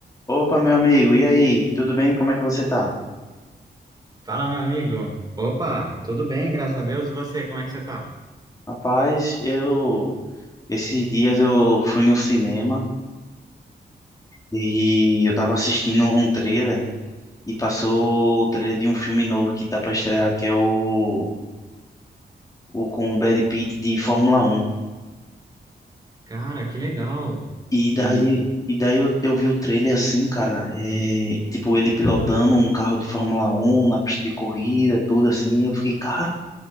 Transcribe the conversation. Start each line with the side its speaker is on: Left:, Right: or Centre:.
Left: Opa, meu amigo, e aí? Tudo bem? Como é que você tá?
Right: Fala, meu amigo. Opa, tudo bem, graças a Deus. E você, como é que você tá?
Left: Rapaz, eu esses dias eu fui no cinema e eu tava assistindo um trailer e passou o trailer de um filme novo que tá pra estrear, que é o, o com o Brad Pitt de Fórmula Um.
Right: Cara, que legal.
Left: E
Right: E,
Left: daí e daí eu, eu vi o trailer assim, cara, é, tipo ele pilotando um carro de Fórmula Um na pista de corrida, tudo assim, eu fiquei, cara,